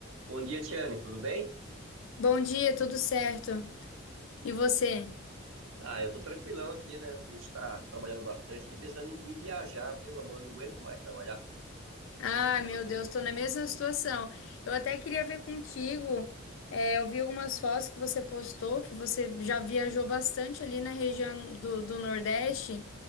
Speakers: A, on the right (about 85°); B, on the left (about 70°).
A: Bom dia, Tiane, tudo bem?
B: Bom dia, tudo certo? E você?
A: Ah, eu tô tranquilão aqui, né? A gente tá trabalhando bastante e pensando em, em viajar, pelo amor, não aguento mais trabalhar. <laughs>
B: Ah,
A: E
B: meu
A: você?
B: Deus, tô na mesma situação. Eu até queria ver contigo. é, eu vi algumas fotos que você postou, que você já viajou bastante ali na região do, do Nordeste.